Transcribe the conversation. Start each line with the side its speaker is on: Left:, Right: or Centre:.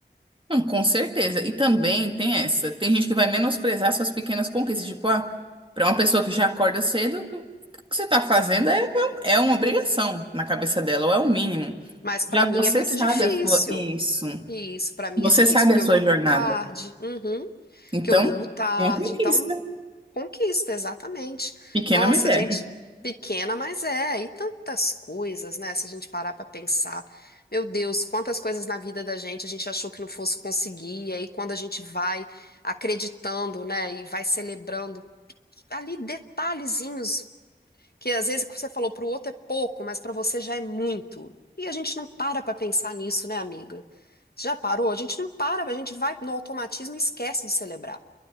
Right: Não, com certeza. E também tem essa. Tem gente que vai menosprezar suas pequenas conquistas. Tipo, ah, pra uma pessoa que já acorda cedo, o que você tá fazendo é, é uma obrigação na cabeça dela, ou é o mínimo.
Left: Mas pra
Right: Já
Left: mim
Right: você
Left: é muito
Right: sabe
Left: difícil.
Right: a sua. Isso.
Left: E isso pra mim
Right: Você
Left: é difícil,
Right: sabe
Left: porque
Right: a sua
Left: eu durmo
Right: jornada.
Left: tarde, uhum,
Right: Então,
Left: que eu durmo tarde.
Right: é uma conquista.
Left: Então, Conquista, exatamente.
Right: Pequena,
Left: Nossa,
Right: mas é.
Left: gente pequena, mas é, e tantas coisas, né? Se a gente parar pra pensar, meu Deus, quantas coisas na vida da gente a gente achou que não fosse conseguir, e aí quando a gente vai acreditando, né, e vai celebrando ali detalhezinhos que às vezes o que você falou pro outro é pouco, mas pra você já é muito. E a gente não para pra pensar nisso, né, amiga? Já parou? A gente não para, a gente vai no automatismo e esquece de celebrar.